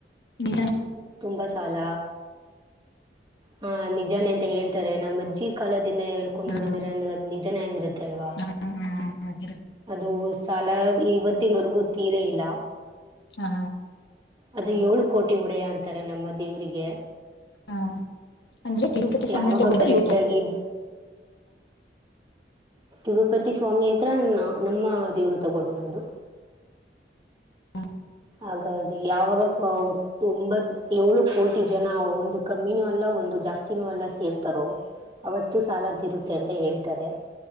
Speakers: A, on the left (about 80°); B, on the right (about 25°).
A: ನಿಧಾನ
B: ತುಂಬಾ ಸಾಲ ಹಾ ನಿಜಾನೆ ಅಂತ ಹೇಳ್ತಾರೆ ನಮ್ಮಜ್ಜಿದ್ ಕಾಲದಿಂದ ಹೇಳ್ಕೊಂಬಂದಿದ್ರೆ
A: ಆ
B: ಅದು ನಿಜಾನೇ ಆಗಿರುತ್ತೆ ಅಲ್ವಾ‌
A: ಹ್ಮೊ ಅದ
B: ಅದು ಸಾಲ ಇವತ್ತಿನವರೆಗೂ ತೀರೇ ಇಲ್ಲ.
A: ಹಾ
B: ಅದು ಏಳು ಕೋಟಿ ಒಡೆಯ ಅಂತಾರೆ ನಮ್ಮ ದೇವರಿಗೆ.
A: ಆ ಅಂದ್ರೆ ತಿರುಪತಿ ಸ್ವಾಮಿಯವ್ರು
B: ಯಾವಾಗ
A: ತಗೊಂಡಿದ್ದ
B: ಕರೆಕ್ಟ್
A: ಇವ್ರು
B: ಆಗಿ ತಿರುಪತಿಸ್ವಾಮಿ ಹತ್ರನ್ನೂ ನಮ್ಮ ದೇವರು ತಗೊಂಡಿರೋದು.
A: ಹ್ಮ
B: ಹಾಗಾಗಿ ಯಾವಾಗ ಒಂಬತ್ ಏಳು ಕೋಟಿ ಜನ ಒಂದು ಕಮ್ಮಿನೂ ಅಲ್ಲ ಒಂದು ಜಾಸ್ತ್ ತ್ತಿನೂ ಎಲ್ಲ ಸೇರ್ತಾರೋ ಅವತ್ತು ಸಾಲ ತಿರುತ್ತೆ ಅಂತ ಹೇಳ್ತಾರೆ.